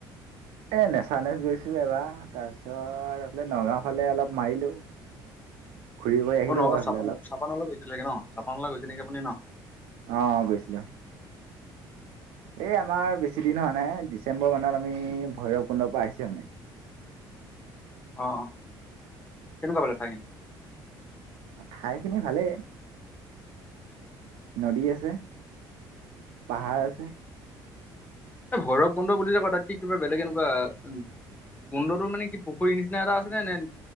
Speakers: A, on the right (about 85°); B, on the left (about 20°).
A: এ নেচা নেচ গৈছো এবাৰ তাৰপিছত এইফালে নগাও ফালে অলপ মাৰিলো
B: <unintelligible>
A: ঘূৰি কৰি আহিলো
B: অ নকৌ
A: বাৰু সেইফালে
B: চাপান
A: অলপ
B: চাপানলৈ গৈছিলেগে ন চাপানলৈ গৈছে নেকি আপুনি ন
A: অ গৈছিলা
B: <inaudible>
A: এই আমাৰ বেছি দিন হোৱা নাই। ডিচেম্বৰ মানত আমি ভৈৰৱ কুণ্ডৰ পৰা আহিছো মানে
B: অ অ কেনেকুৱা পালা চাইকিনি
A: ঠাইখিনি ভালেই নদী আছে। পাহাৰ আছে।
B: এ ভৈৰৱ <unintelligible> বুলি য ক তাত কি কিবা বেলেগ এনেকুৱা সুন্দৰটোৰ মানে কি পুখুৰীৰ নিচিনা এটা আছে নে নে